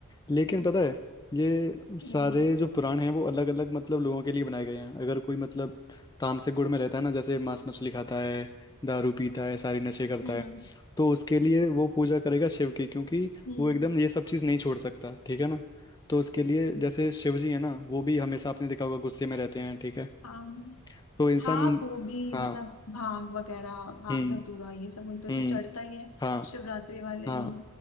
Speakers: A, on the left (about 20°); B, on the left (about 80°).
A: लेकिन पता है ये सारे
B: हम्म
A: जो पुराण हैं वो अलग अलग मतलब लोगों के लिए बनाए गए हैं अगर कोई मतलब तामसिक गुण में रहता है ना जैसे मांस मछली खाता है दारू पीता है सारी नशे करता
B: हम्म
A: है तो उसके लिए वो पूजा करेगा शिव की क्योंकि
B: हम्म
A: वो एकदम ये सब चीज़ नहीं छोड़ सकता ठीक है ना तो उसके लिए जैसे शिव जी है ना वो भी हमेशा आपने देखा होगा गुस्से में रहते हैं ठीक है
B: हाँ
A: तो इंसान
B: हाँ वो भी
A: हाँ
B: मतलब भांग वगैरह भांग
A: हम्म
B: धतूरा ये सब उन पे
A: हम्म
B: तो चढ़ता ही है
A: हाँ
B: शिवरात्रि वाले
A: हाँ
B: दिन